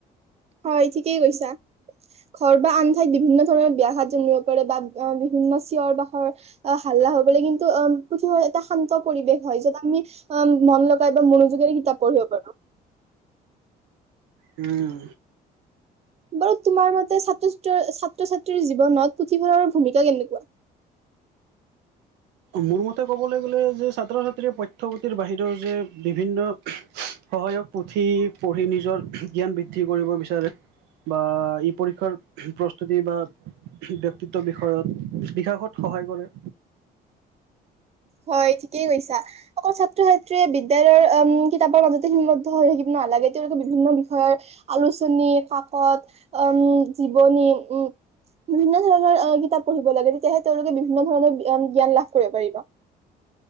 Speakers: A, on the right; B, on the right.
A: হয়, ঠিকেই কৈছা। ঘৰ বা আন ঠাইত বিভিন্ন ধৰণৰ ব্যাঘাত জন্মিব পাৰে বা বিভিন্ন চিঞৰ বাখৰ আহ, হাল্লা হবলৈ, কিন্তু অ', পুথিভঁৰালত এটা শান্ত পৰিৱেশ হয়, য'ত আমি আহ, মন লগাই বা মনোযোগেৰে কিতাপ পঢ়িব পাৰো।
B: উম।
A: বাৰু তোমাৰ মতে, ছাত্ৰ ছাত্ৰীৰ জীৱনত পুথিভঁৰালৰ ভূমিকা কেনেকুৱা?
B: মোৰ মতে ক'বলৈ গ'লে যে, ছাত্ৰ ছাত্ৰীৰ পঠ্যপুথিৰ বাহিৰৰ যে বিভিন্ন সহায়ক পুথি পঢ়ি নিজৰ জ্ঞান বৃদ্ধি কৰিব বিচাৰে। বা ই পৰীক্ষাৰ প্ৰস্তুতি বা ব্যক্তিত্ব বিষয়ত বিকাশত সহায় কৰে।
A: হয়, ঠিকেই কৈছা। অকল ছাত্ৰ ছাত্ৰীয়ে বিদ্যালয়ৰ, উম, কিতাপৰ মাজতে সীমাবদ্ধ হৈ থাকিব নালাগে। তেওঁলোকে বিভিন্ন বিষয়ৰ আলোচনী, কাকত, উম জীৱনী উম বিভিন্ন ধৰণৰ কিতাপ পঢ়িব লাগে। তেতিয়াহে তেওঁলোকে বিভিন্ন ধৰণৰ জ্ঞান লাভ কৰিব পাৰিব।